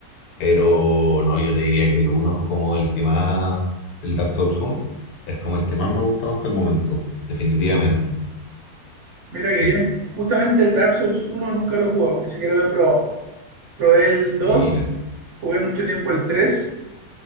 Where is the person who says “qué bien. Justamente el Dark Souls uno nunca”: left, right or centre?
Right